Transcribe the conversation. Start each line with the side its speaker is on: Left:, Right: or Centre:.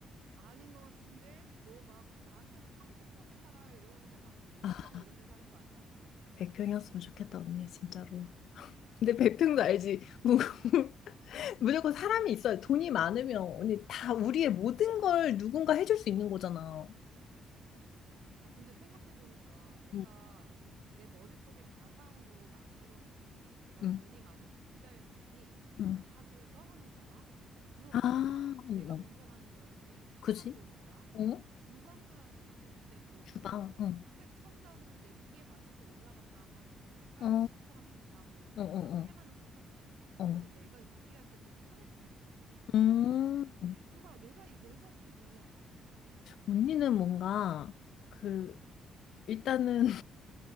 Right: 아닌 것 같은데? 너 막, 나한테는 30평에 살아요 이러는데 막 100평
Left: 아,
Right: 이런 데 사는 거 아니야?
Left: 100평이었으면 좋겠다, 언니, 진짜로. 근데 100평도 알지. 무- <laughs>
Right: 어.
Left: 무조건 사람이 있어야 돈이 많으면 언니 다 우리의 모든 걸 누군가 해줄 수 있는 거잖아.
Right: 그치. 아, 근데 생각해보니까 내가
Left: 응,
Right: 내 머릿속에 가상으로 만들어진 내가
Left: 응,
Right: 돈이 많은 부자의 삶이
Left: 응.
Right: 다 내가 하는 거다? 들어봐.
Left: 아,
Right: 내가, 내가
Left: 응, 응.
Right: 운전하는 거였지. 차만
Left: 그지?
Right: 좋은 거야.
Left: 응?
Right: 주방도 난 생각했는데, 부엌도
Left: 주방, 응.
Right: 색 첨단으로 내 키에 맞춰서 올라갔다 하고, 색깔도
Left: 어,
Right: 차처럼 변하고,
Left: 응, 응,
Right: 이런 테마는 똑같아.
Left: 응. 어.
Right: 그래서 내가 요리할 때 좀 편했으면 좋겠거든?
Left: 음,
Right: 이거 봐. 내가, 이- 내가 또 요리하고 있잖아?
Left: 언니는 뭔가 그 일단은